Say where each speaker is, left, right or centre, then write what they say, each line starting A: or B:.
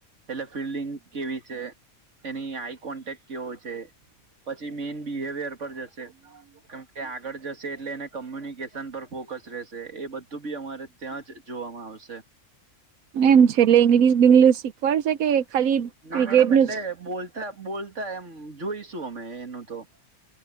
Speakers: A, on the right (about 60°); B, on the right (about 85°).
A: એટલે ફિલ્ડિંગ કેવી છે, એની આઈ કોન્ટેક્ટ કેવો છે પછી મેઈન બિહેવિયર પર જશે. કેમકે આગળ જશે એટલે એને કોમ્યુનિકેશન પર ફોકસ રહેશે એ બધ તો બી અમારે ત્યાં જ જોવામાં આવશે
B: એમ છે એટલે ઇંગ્લિશ બિંગ્લિશ શીખવાડશે કે ખાલી
A: ના
B: ક્રિકેટ
A: મેડમ એટલે
B: નું જ
A: બોલતા બોલતા એમ જોઈશું અમે એનું તો